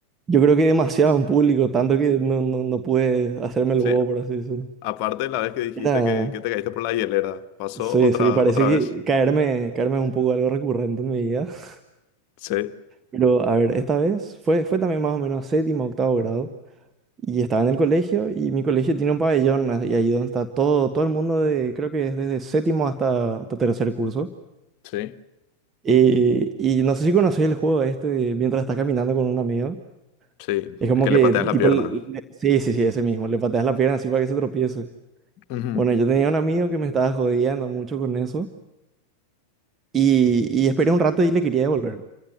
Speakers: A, on the right; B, on the left.
A: yo creo que demasiado en público, tanto que no, no, no pude hacerme el
B: Sí,
A: bobo, por así decirlo.
B: aparte de la vez que dijiste
A: Era,
B: que, que te caíste por la hielera, ¿pasó
A: sí,
B: otra,
A: sí, parece
B: otra
A: que
B: vez?
A: caerme, caerme es un poco algo recurrente en mi vida. <laughs>
B: Sí,
A: Pero a ver, esta vez fue, fue también más o menos séptimo, octavo grado. Y estaba en el colegio y mi colegio tiene un pabellón ah, y ahí donde está todo, todo el mundo de, creo que es desde séptimo hasta, hasta tercer curso.
B: sí,
A: Eh, y no sé si conocéis el juego este de mientras estás caminando con un amigo.
B: sí,
A: Es como
B: que
A: que
B: le pateas
A: tipo,
B: la pierna.
A: el- le- sí, sí, sí, ese mismo, le pateas la pierna así para que se tropiece.
B: Ujú,
A: Bueno, yo tenía un amigo que me estaba jodiendo mucho con eso y, y esperé un rato y le quería devolver.